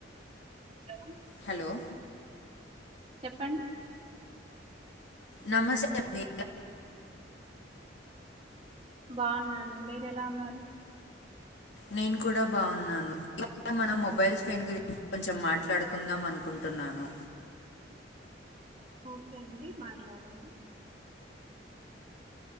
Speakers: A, on the right; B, on the left.
A: హలో
B: హలో
A: చెప్పండి
B: నమస్తే అండి
A: బాగున్నాను మీర ఎలా ఉన్నారు
B: నేను కూడా బాగున్నాను ఇ మన మొబైల్ ఫోన్ గురించి కొంచెం మాట్లాడుకుందాం అనుకుంటున్నాను
A: ఓకే అండి మాట్లాడంాలడి